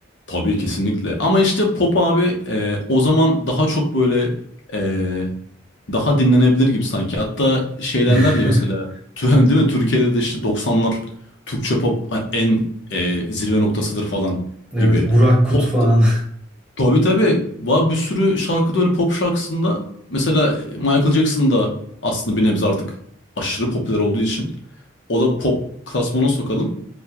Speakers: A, on the left; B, in the centre.
A: Tabii kesinlikle. Ama işte pop abi e, o zaman daha çok böyle e, daha dinlenebilir gibi sanki. Hatta şey
B: <laughs>
A: derler ya mesela tü- <laughs> değil mi? Türkiye'de de işte 90'lar Türkçe pop en e, zirve noktasıdır falan
B: Evet,
A: gibi.
B: Burak Kut
A: Pop
B: falan.
A: tabii tabii. Var bir sürü şarkıda öyle pop şarkısında mesela Michael Jackson da aslında bir nebze artık aşırı popüler olduğu için o da pop klasmana sokalım.